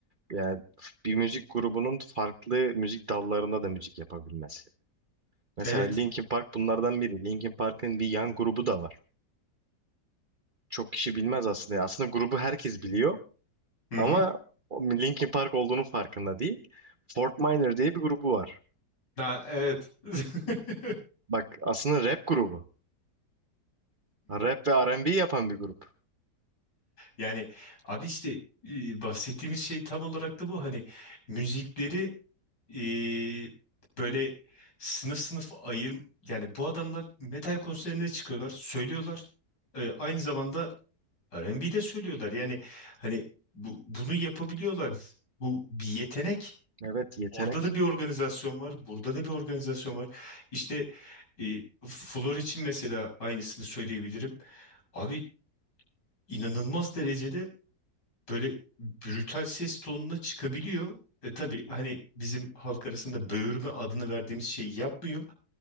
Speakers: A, on the right; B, on the left.
A: Yani bir müzik grubunun farklı müzik dallarında da müzik yapabilmesi. Mesela
B: Evet.
A: Linkin Park bunlardan biri. Linkin Park'ın bir yan grubu da var. çok kişi bilmez aslında. ya. Aslında grubu herkes biliyor
B: Hı
A: ama
B: hı.
A: o Linkin Park olduğunu farkında değil. Fort Minor diye bir grubu var.
B: Ha, evet. <laughs>
A: Bak aslında rap grubu. Rap ve R&B yapan bir grup.
B: Yani abi işte e, bahsettiğimiz şey tam olarak da bu hani müzikleri eee, böyle sınıf sınıf ayır yani bu adamlar metal konserine çıkıyorlar, söylüyorlar. Eee, aynı zamanda R&B de söylüyorlar. Yani hani bu bunu yapabiliyorlar. Bu bir yetenek.
A: Evet yetenek.
B: Orada da bir organizasyon var, burada da bir organizasyon var. İşte eee Flor için mesela aynısını söyleyebilirim. Abi inanılmaz derecede böyle brutal ses tonuna çıkabiliyor. E tabii hani bizim halk arasında böğürme adını verdiğimiz şeyi yapmıyor.